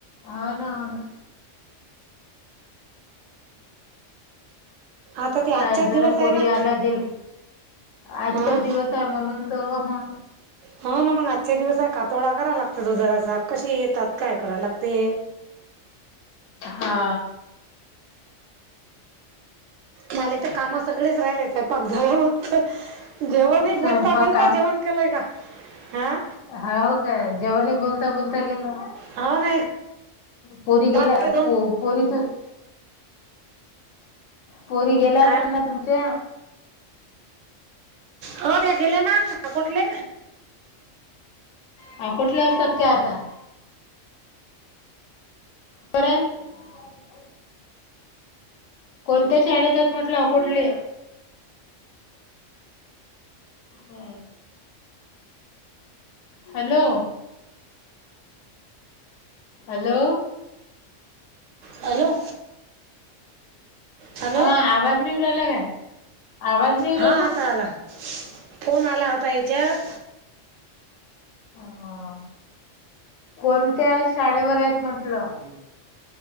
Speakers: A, on the left; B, on the right.
A: अन हो ना.
B: आता ते आजच्याच
A: काय जरा
B: दिवस आहे
A: पोरी
B: ना
A: आल्या गेल आजचा
B: हा
A: दिवस आहे म्हणून? त हा.
B: हा ना मग आजच्या दिवस आहे कातोडा करा लागत. तो जरा कशी येतात काय करा लागते.
A: हा.
B: मला तर कामा सगळेच राहिलेच आहे पाक झाला मगत. जेवणही बोलता
A: स्वयंपाक
B: बोलता जेवण केलंय का हा.
A: हा हो काय जेवणी बोलता बोलता गे ना.
B: हो नाही
A: पोरी
B: घरातले
A: गेल्या
B: दोन
A: प पोरीत. पोरी गेल्या
B: काय
A: असेल
B: म्हण-
A: ना तुमच्या?
B: हो त्या गेल्या ना कुठले.
A: अ कुठले असतात का आता. को. कोणत्या शाळेतात म्हटलं कुठले. ब. हॅलो. हॅलो.
B: हॅलो. हॅलो
A: हा आवाज निवडयला काय? आवाज नई येऊन
B: हा
A: राहिला.
B: आता आला फोन आला आता हिच्यात.
A: ह. कोणत्या शाळेवर आहेत म्हटलं?